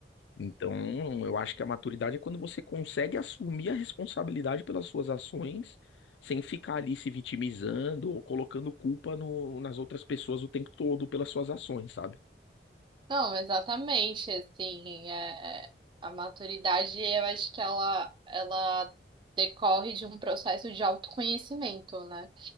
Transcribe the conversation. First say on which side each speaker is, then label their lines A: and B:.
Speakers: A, on the left; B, on the right.
A: Então, eu acho que a maturidade é quando você consegue assumir a responsabilidade pelas suas ações, sem ficar ali se vitimizando ou colocando culpa no- nas outras pessoas o tempo todo pelas suas ações, sabe?
B: Não, exatamente, assim, é, é, a maturidade, eu acho que ela, ela decorre de um processo de autoconhecimento, né?